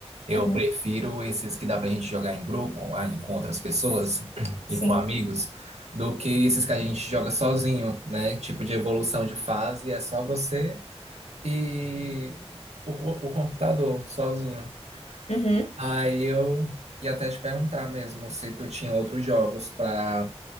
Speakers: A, on the right; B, on the left.
A: eu
B: Uhum.
A: prefiro esses que dá pra gente jogar em grupo, online, com outras pessoas <clears throat>
B: Sim.
A: e com amigos, do que esses que a gente joga sozinho, né? Tipo de evolução de fase, é só você e o, co- o computador sozinho.
B: Uhum.
A: Aí eu ia até te perguntar mesmo se tu tinha outros jogos pra